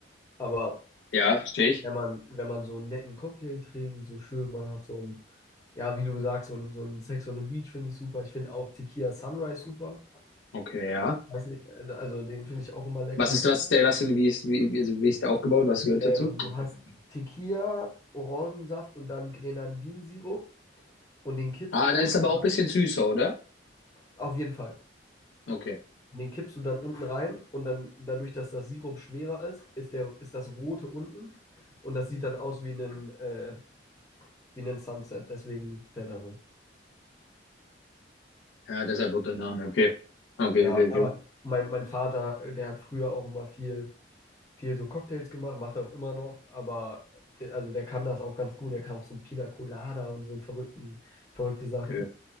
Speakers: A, on the left; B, on the left.
A: Aber
B: Ja, verstehe ich.
A: wenn man, wenn man so einen netten Cocktail trinkt, so schön, man hat so ein, ja, wie du sagst, so ein, so ein Sex on the Beach finde ich super. Ich finde auch Tequila Sunrise super.
B: Okay, ja.
A: Weiß nicht, also den finde ich auch immer lecker.
B: Was ist was ist der, was denn wie ist wie, wie, also wie ist der aufgebaut? Was gehört
A: Ähm,
B: dazu?
A: du hast Tequila, Orangensaft und dann Grenadinsirup. und den kippst
B: Ah,
A: du
B: das
A: unten
B: ist aber auch
A: rein.
B: ein bisschen süßer, oder?
A: Auf jeden Fall.
B: Okay.
A: Und den kippst du dann unten rein und dann dadurch, dass das Sirup schwerer ist, ist, der, ist das Rote unten und das sieht dann aus wie ein, äh, wie ein Sunset. Deswegen der Name.
B: Ja, deshalb wird der Name. Okay. Okay,
A: Ja,
B: okay, okay.
A: aber mein, mein Vater, äh, der hat früher auch immer viel, viel so Cocktails gemacht, macht er auch immer noch, aber der, also der kann das auch ganz gut. Der kann auch so Pina Colada und so verrückten, verrückte Sachen.
B: okay.